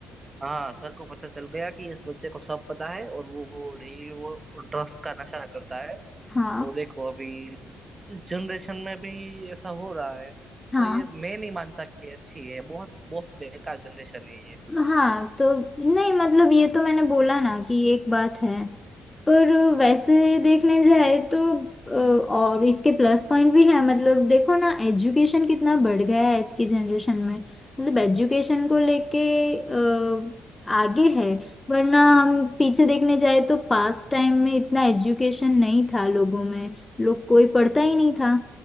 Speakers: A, on the right; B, on the left.
A: हाँ सर को पता चल गया कि इस बच्चे को सब पता है और वो डेली वो ड्रग्स का नशा करता है
B: हाँ
A: तो देखो अभी इस जनरेशन में भी ऐसा हो रहा है
B: हाँ
A: तो ये मैं नहीं मानता कि अच्छी है बहुत बहुत बेकार जनरेशन है ये
B: हाँ तो नहीं मतलब ये तो मैंने बोला ना कि एक बात है पर वैसे देखने जाए तो अ, और इसके प्लस पॉइंट भी है मतलब देखो ना एजुकेशन कितना बढ़ गया है आज की जनरेशन में मतलब एजुकेशन को लेके अ, आगे है वरना हम पीछे देखने जाए तो पास्ट टाइम में इतना एजुकेशन नहीं था लोगों में लोग कोई पढ़ता ही नहीं था